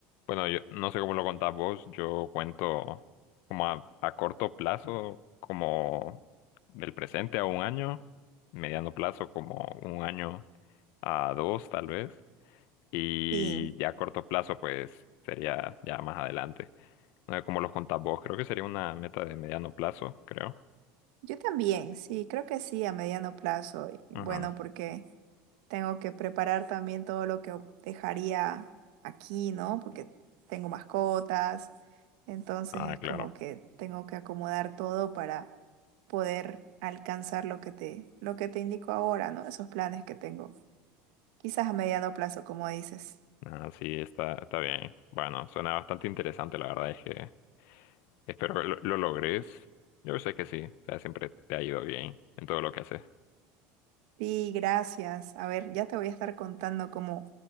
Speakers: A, on the left; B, on the right.
A: Bueno, yo no sé cómo lo contás vos. Yo cuento como a, a corto plazo, como del presente a un año, mediano plazo como un año a dos tal vez, y
B: Sí.
A: ya a corto plazo pues sería ya más adelante. No sé cómo los contás vos. Creo que sería una meta de mediano plazo, creo.
B: Yo también, sí, creo que sí, a mediano plazo. Y bueno,
A: Ajá.
B: porque tengo que preparar también todo lo que dejaría aquí, ¿no? Porque tengo mascotas, entonces
A: Ah,
B: es
A: claro.
B: como que tengo que acomodar todo para poder alcanzar lo que te, lo que te indico ahora, ¿no? Esos planes que tengo. Quizás a mediano plazo, como dices.
A: Ah, sí, está, está bien. Bueno, suena bastante interesante, la verdad es que Espero lo, lo logres. Yo sé que sí. O sea, siempre te ha ido bien en todo lo que haces.
B: Sí, gracias. A ver, ya te voy a estar contando cómo,